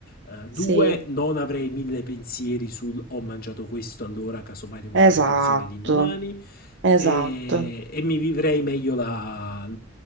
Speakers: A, on the left; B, on the right.
A: Eh, due,
B: sì,
A: non avrei mille pensieri sul ho mangiato questo, allora casomai devo fare
B: esatto,
A: attenzione l'indomani.
B: esatto.
A: E, e mi vivrei meglio la,